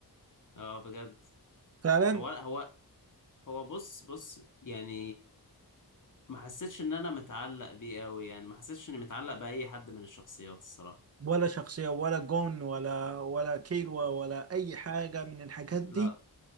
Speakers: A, on the left (about 50°); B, on the right (about 40°).
A: اه بجد
B: فعلا
A: هو هو هو بص بص يعني ما حسيتش ان انا متعلق بيه قوي يعني ما حسيتش اني متعلق باي حد من الشخصيات الصراحة
B: ولا شخصية ولا جون ولا ولا كيلو ولا أي حاجة من الحاجات
A: لا
B: دي